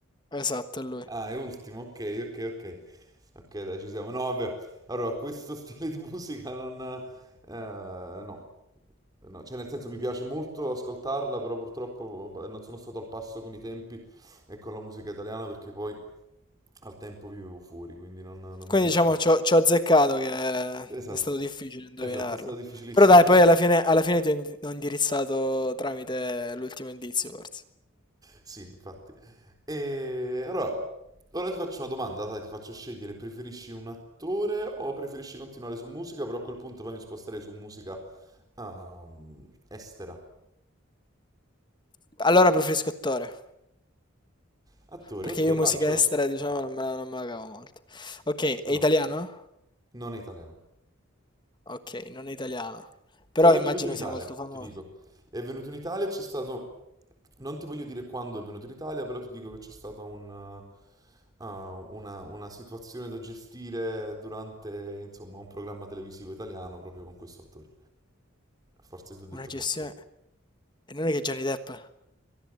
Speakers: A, on the left; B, on the right.
A: esatto, è lui.
B: Ah, è ultimo, ok, ok, ok. Ok, dai, ci siamo. No, vabbè. Allora, questo <laughs> stile di musica non... eh, no. No, cioè nel senso mi piace molto ascoltarla, però purtroppo boh, non sono stato al passo con i tempi e con la musica italiana perché poi al tempo vivevo fuori, quindi non, non
A: Quindi
B: mi sono
A: diciamo
B: aggiornato.
A: ci ho, ci ho azzeccato che è
B: Esatto,
A: stato difficile indovinarlo.
B: esatto, è stato difficilissimo.
A: Però dai,
B: <laughs>
A: poi alla fine, alla fine ti ho indi- ho indirizzato tramite l'ultimo indizio, forse.
B: Sì, infatti. E allora, ora ti faccio una domanda, dai, ti faccio scegliere, preferisci un attore o preferisci continuare su musica? Però a quel punto poi mi sposterei su musica ehm, estera.
A: Allora preferisco attore,
B: Attore,
A: perché
B: ok,
A: io musica
B: vai, ce l'ho.
A: estera, diciamo, non me la, non me la cavo molto. Ok,
B: Ce
A: è
B: l'ho.
A: italiano?
B: Non è italiano.
A: Ok, non è italiano. Però
B: Però è
A: immagino
B: venuto in Italia,
A: sia molto famoso.
B: ti dico. È venuto in Italia, c'è stato... Non ti voglio dire quando è venuto in Italia, però ti dico che c'è stata un, eh, uh, una, una situazione da gestire durante, insomma, un programma televisivo italiano proprio con questo attore. Forse ti ho detto
A: Una gestione...
B: troppo.
A: E non è che Johnny Depp?